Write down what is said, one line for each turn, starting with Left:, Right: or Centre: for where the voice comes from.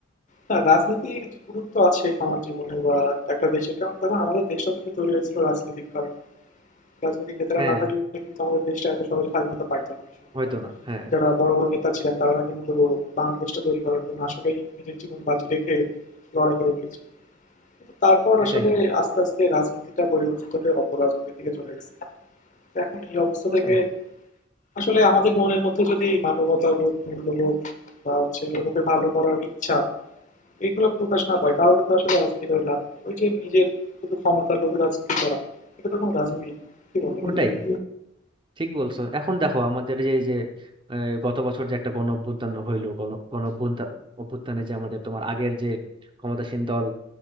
Left: না রাজনীতির গুরুত্ব আছে সমাজ জীবনে বা একটা দেশের কারণ দেখো আমাদের দেশটা কিন্তু তৈরি হয়েছিল রাজনৈতিক কারণে। রাজনৈতিক নেতারা
Right: হ্যাঁ
Left: না থাকলে কিন্তু আমাদের দেশটা এত সহজে স্বাধীনতা পাইতো না ওই সময়কার।
Right: হয়তো না হ্যাঁ
Left: যারা বড়, বড় নেতা ছিলেন তারা কিন্তু বাংলাদেশটা তৈরি করার জন্য আসলেই নিজের জীবন বাজি রেখে লড়াই করে গিয়েছিল। কিন্তু তারপর
Right: সেটাই
Left: আসলে আস্তে, আস্তে রাজনীতিটা পরিবর্তিত হয়ে অপরাজনীতির দিকে চলে গেছে। তো এখন এই অবস্থা
Right: ওটাই
Left: থেকে আসলে আমাদের মনের মধ্যে যদি মানবতাবোধ, মূল্যবোধ বা হচ্ছে অন্যকে ভালো করার ইচ্ছা এগুলো প্রকাশ না পায় তাহলে তো আসলে রাজনীতি করে লাভ নেই। ওই যে নিজের শুধু ক্ষমতার লোভে রাজনীতি করা এটা তো কোনো রাজনীতি না। কি বলো?
Right: ওটাই
Left: হুম,
Right: ঠিক বলছো এখন দেখো আমাদের যে এই যে আহ, গত বছর যে একটা গণ অভ্যুত্থান হইলো গণ গণ অভ্যুত্থান- অভ্যুত্থানে যে আমাদের তোমার আগের যে ক্ষমতাসীন দল